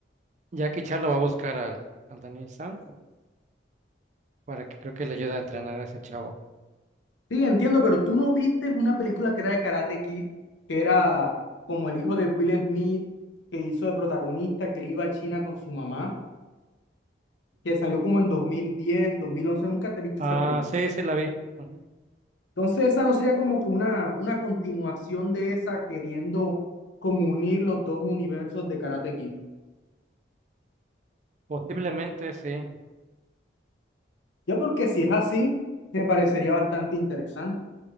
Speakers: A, on the right; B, on the left.
A: Jackie Chan lo va a buscar al, al Daniel San para que creo que le ayude a entrenar a ese chavo.
B: Sí, entiendo, pero tú no viste una película que era de Karate Kid, que era como el hijo de Will Smith, que hizo de protagonista, que iba a China con su mamá, que salió como en dos dos mil diez dos mil once nunca te viste
A: Ah,
B: esa película.
A: sí, sí la vi. Ujú.
B: Entonces esa no sería como que una, una continuación de esa, queriendo como unir los dos universos de Karate Kid.
A: Posiblemente, sí.
B: Ya porque si es así, me parecería bastante interesante.